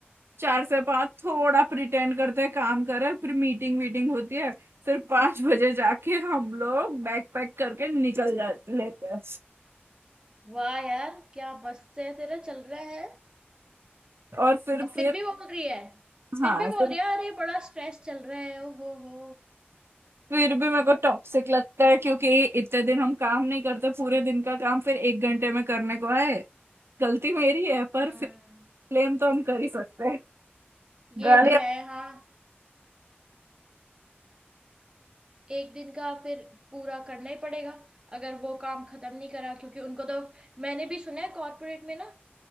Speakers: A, on the right (about 75°); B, on the right (about 20°).
A: चार से पाँच थोड़ा प्रिटेंड करते हैं काम करें फिर मीटिंग वीटिंग होती है फिर पाँच बजे जाके हम लोग बैग पैक करके निकल जा लेते हैं
B: वाह यार क्या मस्त है तेरा चल रहा है
A: और फिर
B: और
A: फिर
B: फिर भी बोल रही है फिर
A: हाँ
B: भी बोल
A: फिर
B: रही है अरे बड़ा स्ट्रेस चल रहा है ओ हो हो
A: फिर भी मेरे को टॉक्सिक लगता है क्योंकि इतने दिन हम काम नहीं करते पूरे दिन का काम फिर एक घंटे में करने को है गलती मेरी है
B: हाँ
A: पर फिर ब्लेम तो हम कर ही सकते हैं
B: ये
A: गालियाँ
B: तो है हाँ एक दिन का फिर पूरा करना ही पड़ेगा अगर वो काम खत्म नहीं करा क्योंकि उनको तो मैंने भी सुना है कॉर्पोरेट में ना